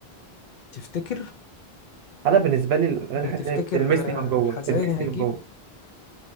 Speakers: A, on the left; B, on the right.
A: تفتكر
B: انا بالنسبه لي الاغاني
A: يعني
B: الحزيني
A: تفتكر
B: بتلمسني
A: آه،
B: من جوه
A: الحزيني
B: بتلمسني
A: هيجيب
B: من جوه